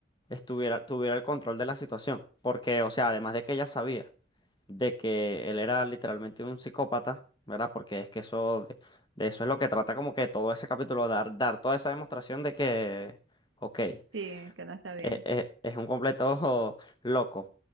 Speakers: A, on the left; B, on the right.
A: estuviera, tuviera el control de la situación. Porque, o sea, además de que ella sabía de que él era literalmente un psicópata, ¿verdad? Porque es que eso, de, de eso es lo que trata como que todo ese capítulo, dar, dar toda esa demostración de que, ok, eh,
B: Sí, que no está bien.
A: eh, es un completo <laughs> loco.